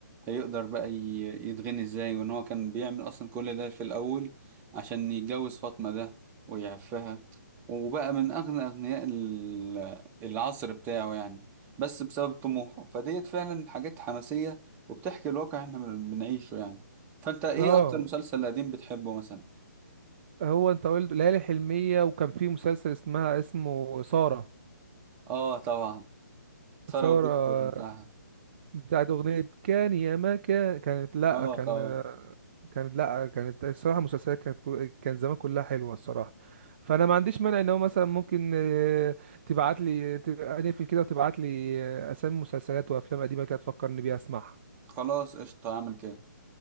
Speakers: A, on the right; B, on the right.
A: هيقدر بقى ي- يتغني ازاي وان هو كان بيعمل اصلا كل ده في الاول عشان يتجوز فاطمة ده ويعفها وبقى من اغنى اغنياء ال- العصر بتاعه يعني بس بسبب طموحه فديت فعلا حاجات حماسية وبتحكي الواقع احنا بن- بنعيشه يعني فانت ايه
B: اه
A: اكتر مسلسل قديم بتحبه مثلا
B: هو انت قلت ليالي حلمية وكان في مسلسل اسمها اسمه سارة
A: اه طبعا سارة
B: سارة
A: والدكتور بتاعها
B: بتاعت أغنية كان يا ما كان كانت لأ
A: اه
B: كان
A: طبعا
B: كانت لأ كانت الصراحة المسلسلات كانت كو- كان زمان كلها حلوة الصراحة فأنا ما عنديش مانع إن هو مثلا ممكن آه، تبعت لي ت- أقفل كده وتبعت لي آه، أسامي مسلسلات وأفلام قديمة كده تفكرني بيها أسمعها
A: خلاص قشطة اعمل كده